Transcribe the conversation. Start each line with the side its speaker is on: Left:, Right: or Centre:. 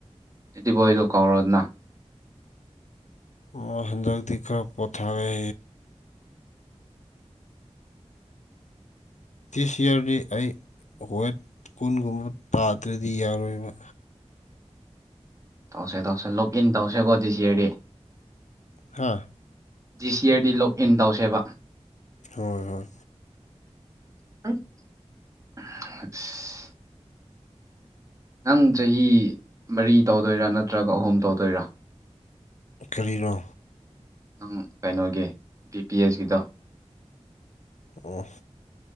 Right: ꯏꯗꯤ ꯕꯣꯏꯗꯣ ꯀꯥꯎꯔꯗꯅ
Left: ꯃꯥ ꯍꯟꯗꯛꯇꯤ ꯈꯔ ꯄꯣꯊꯥꯔꯦ ꯗꯤꯁ ꯏꯌꯥꯔꯗꯤ ꯑꯩ ꯋꯦꯠ ꯀꯨꯟꯒꯨꯝꯕ ꯇꯥꯗ꯭ꯔꯗꯤ ꯌꯥꯔꯣꯏꯕ
Right: ꯇꯧꯁꯦ ꯇꯧꯁꯦ ꯂꯣꯛ ꯏꯟ ꯇꯧꯁꯦꯀꯣ ꯗꯤ ꯁꯤ ꯑꯗꯤ
Left: ꯍꯥꯥ
Right: ꯗꯤꯁ ꯌꯥꯔꯗꯤ ꯂꯣꯛ ꯏꯟ ꯇꯧꯁꯦꯕ
Left: ꯍꯣꯏ ꯍꯣꯏ
Right: <unintelligible> ꯅꯪ ꯆꯍꯤ ꯃꯔꯤ ꯇꯧꯗꯣꯏꯔꯥ ꯅꯠꯇ꯭ꯔꯒ ꯑꯍꯨꯝ ꯇꯧꯗꯣꯏꯔꯥ
Left: ꯀꯔꯤꯔꯣ
Right: ꯅꯪ ꯀꯩꯅꯣꯒꯤ ꯕꯤ ꯄꯤ ꯑꯦꯁꯀꯤꯗꯣ
Left: ꯑꯣ